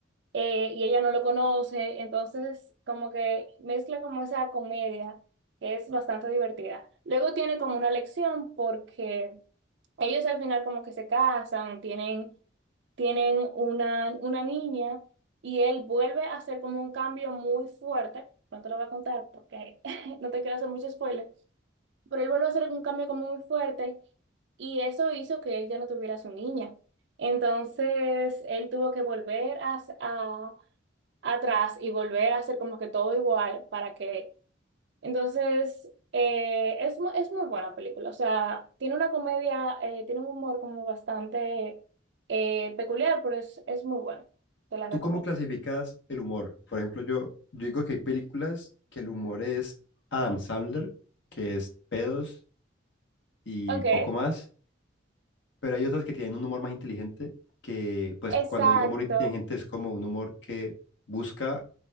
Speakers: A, on the right; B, on the left.
A: eh, y ella no lo conoce, entonces como que mezcla como esa comedia que es bastante divertida. Luego tiene como una lección porque ellos al final como que se casan, tienen, tienen una, una niña y él vuelve a hacer como un cambio muy fuerte. No te lo voy a contar porque <laughs> no te quiero hacer mucho spoiler, pero él vuelve a hacer un cambio como muy fuerte y eso hizo que él ya no tuviera a su niña. Entonces, él tuvo que volver a, atrás y volver a hacer como que todo igual para que... Entonces, eh, es, mu- es muy buena película. O sea, tiene una comedia, eh, tiene un humor como bastante eh, peculiar, pero es, es muy buena. Te la
B: ¿Tú
A: recomiendo.
B: cómo clasificas el humor? Por ejemplo, yo, yo digo que hay películas que el humor es Adam Sandler, que es pedos y
A: Ok,
B: poco más, pero hay otras que tienen un humor más inteligente, que pues
A: exacto.
B: cuando digo humor inteligente es como un humor que busca